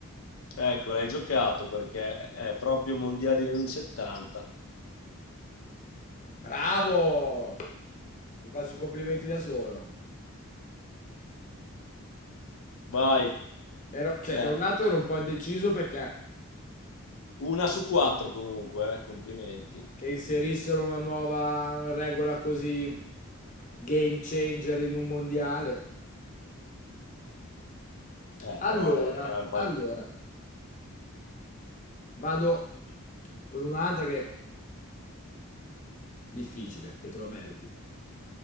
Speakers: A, on the left; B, on the left.
A: Ecco, l'hai giocato perché è proprio Mondiali del 70.
B: Bravo! Mi faccio i complimenti da solo.
A: Vai,
B: Ero- cioè,
A: bene.
B: da un lato ero un po' indeciso perché
A: Una su quattro comunque, eh, complimenti.
B: che inserissero una nuova regola così game changer in un mondiale.
A: Eh,
B: Allora,
A: però eh, era il palco.
B: allora, vado con un'altra che è difficile, che te lo meriti.